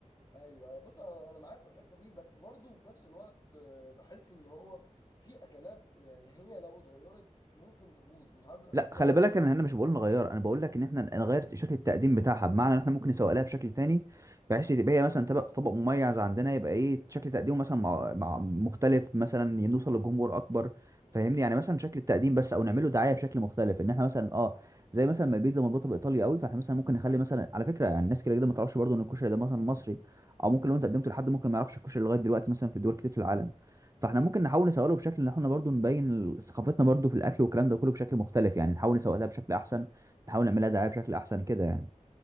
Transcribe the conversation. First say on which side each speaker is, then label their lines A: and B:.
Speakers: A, on the left; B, on the right.
A: ايوه أيوة. بص انا أنا معاك في الحته دي بس برضه في نفس الوقت آه، بحس ان هو في اكلات يعني هي لو اتغيرت ممكن تبوظ مش عارف بتحس
B: لا
A: ده
B: خلي
A: ولا
B: بالك
A: لا
B: انا هنا مش بقول نغير انا بقول لك ان احنا
A: امم
B: نغير شكل التقديم بتاعها بمعنى ان احنا ممكن نسوق لها بشكل تاني بحيث تبقى هي مثلا طبق طبق مميز عندنا يبقى ايه شكل تقديمه مثلا مع, مع مختلف مثلا نوصل لجمهور اكبر فاهمني يعني مثلا شكل التقديم بس او نعمله دعايه بشكل مختلف ان احنا مثلا اه زي مثلا ما البيتزا مربوطه بايطاليا قوي فاحنا مثلا ممكن نخلي مثلا على فكره يعني الناس كده كده ما تعرفش برضه ان الكشري ده مثلا مصري او ممكن لو
A: امم
B: انت قدمته لحد ممكن ما يعرفش الكشري لغايه دلوقتي مثلا في دول كتير في العالم فاحنا ممكن نحاول نسوقله بشكل ان احنا برضو نبين ال- ثقافتنا برضو في الاكل والكلام ده كله بشكل مختلف يعني نحاول نسوقها بشكل احسن نحاول نعملها دعايه بشكل احسن كده يعني